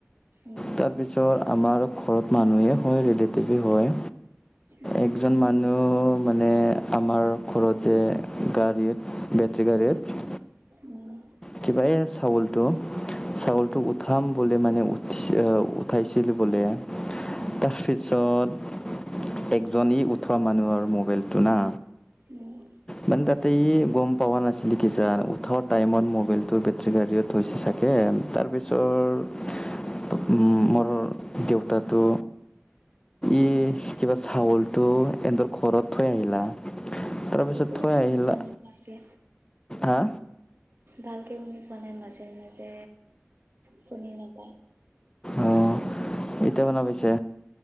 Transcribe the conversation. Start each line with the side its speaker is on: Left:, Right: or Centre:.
Right: উম
Left: তাৰপিছত আমাৰ ঘৰ মানুহে কয় ৰিলেটিভে কয়,
Right: উম
Left: একজন মা অ', মানে আমাৰ ঘৰত যে গাড়ীত, বেটেৰী গাড়ীত
Right: উম।
Left: কিবা‌ এই চাউলটো। চাউলটো
Right: উম
Left: উঠাম বুলি মানে, উঠি, আহ উঠাইছিল বোলে।
Right: উম
Left: তাৰপিছত একজনী উঠোৱা মানুহৰ মোবাইলটো না।
Right: উম
Left: মানে তাতেই গম পাৱা নাছিলো কি যা উঠাৱা টাইমত মবাইলটো বেটেৰী গাড়ীত থৈছে চাগে। সেই আৰু, তাৰপিছৰ, ত' মোৰ দেউতাটো, ই
Right: উম
Left: কিবা চাউলটো এহেঁতৰ ঘৰত থৈ আহিলা তাৰেপিছত
Right: কি
Left: থৈ
Right: কি
Left: আহিলা,
Right: শুনি পোৱা নাই ভালকে
Left: হা?
Right: ভালকে শুনি পোৱা নাই, মাজে মাজে শুনি নাপায়।
Left: অঁ এতিয়া শুনা পাইছা?